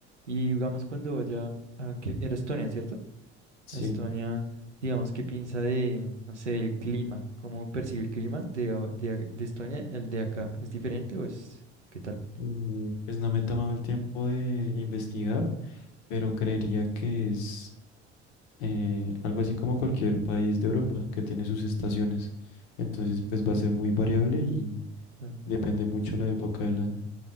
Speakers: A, on the right; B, on the left.
A: Y digamos cuando vaya a que era Estonia, ¿cierto?
B: sí.
A: Estonia, digamos, ¿qué piensa de, no sé, del clima? ¿Cómo percibe el clima de, a- de, a- de Estonia y el de acá? ¿Es diferente o es qué tal?
B: Eh, pues no me he tomado el tiempo de investigar, pero creería que es eh, algo así como cualquier país de Europa que tiene sus estaciones. Entonces, pues va a ser
A: Mm,
B: muy variable y
A: Claro.
B: depende mucho la época del año.